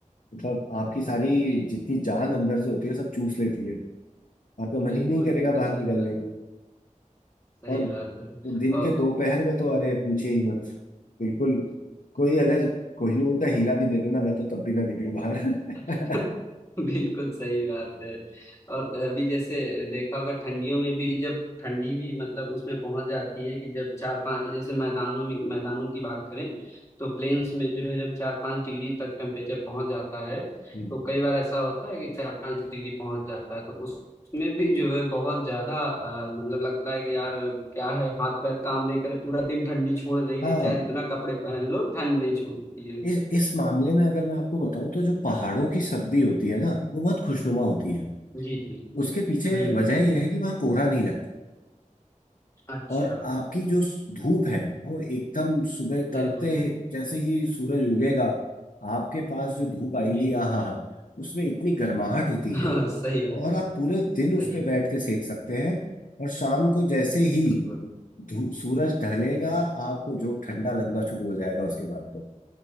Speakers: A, on the left (about 75°); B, on the left (about 20°).
A: मतलब आपकी सारी
B: जी
A: जितनी
B: जी
A: जान अंदर से होती है सब चूस लेती है आपका मन
B: बिल्कुल
A: ही नहीं करेगा
B: बिल्कुल
A: बाहर
B: सही
A: निकलने
B: बात
A: का
B: सही
A: और
B: बात है
A: दिन
B: और
A: के दोपहर में तो अरे पूछे ही मत बिल्कुल कोई अगर कोहिनूर का हीरा भी दे देना मैं तो तब भी ना निकलूं बाहर
B: <laughs> बिल्कुल सही बात है और अभी जैसे देखा होगा ठंडियों में भी जब ठंडी भी मतलब उसमें पहुंच जाती है कि जब चार पांच जैसे मैदानों में मैदानों की बात करें तो प्लेन्स में जो है जब चार पांच डिग्री तक टेम्परेचर पहुंच जाता है
A: <laughs>
B: तो कई बार ऐसा होता है कि चार पांच डिग्री पहुंच जाता है तो उस उसमें भी जो है बहुत ज्यादा अ, मतलब लगता है कि यार क्या है हाथ पैर काम नहीं करे पूरा दिन ठंडी छोड़ नहीं रही
A: हाँ
B: चाहे जितना कपड़े पहन लो ठंड नहीं छोड़ती है
A: इस इस मामले में अगर मैं आपको बताऊं तो जो पहाड़ों की सर्दी होती है ना वो बहुत खुशनुमा होती है
B: जी जी
A: उसके पीछे
B: हम्म
A: वजह यह है कि वहाँ कोहरा नहीं लगता
B: अच्छा
A: और आपकी जो धूप है वो एकदम सुबह तड़ते
B: बिल्कुल
A: जैसे ही सूरज उगेगा आपके पास जो धूप आएगी
B: जी जी
A: आहा हा उसमें इतनी गर्माहट होती
B: हाँ
A: है
B: सही बात
A: और
B: है
A: आप पूरे दिन उस
B: सही
A: पे बैठ
B: है
A: के सेक सकते हैं और शाम को जैसे ही
B: बिल्कुल
A: धू- सूरज ढलेगा आपको जो ठंडा लगना शुरू हो जाएगा उसके बाद तो